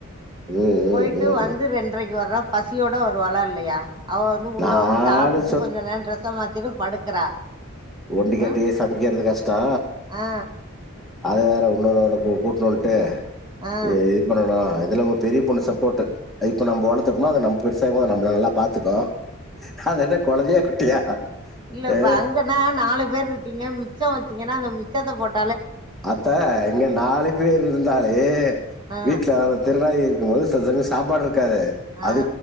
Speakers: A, in the centre; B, on the right.
A: ம் ம்
B: போயிட்டு வந்து
A: ம்
B: ரெண்டரைக்கு வர பசியோட வருவாலா இல்லையா அவ வந்து உள்ள
A: நானு
B: வந்து சாப்பிட்டு கொஞ்சம் நேர டிரஸ்ச மாத்திட்டு படுக்கறா
A: ஒண்டி கட்டையே
B: ம்
A: சமைக்கறது கஷ்டோ
B: ஆ
A: அது வேற உன்னொன்னு ஒன்ன கூட்டணு வன்ட்டு
B: ஆ
A: ஏ இது பண்ணனா இதுல அவங்க பெரிய பொண்ணு சப்போர்ட்டு இப்ப நம்மவளர்த்தோம்னா அத பெருசாககுபோ நம்மல நல்லா பாத்துக்கு அத என்ன கொழந்தையா குட்டியா
B: இல்லப்ப
A: ஏ,
B: அங்கன்னா நாலு பேர் இருக்கீங்க மிச்சோ வச்சீங்கன்னா அந்த மிச்சத்தை போட்ட
A: அத்தா இங்க நாலு பேர் இருந்தாலே
B: ஆ
A: வீட்ல அதாவது தெருநாயி இருக்கு போது சில சமயோ சாப்பாடு இருக்கு இருக்காது
B: ஆ
A: அது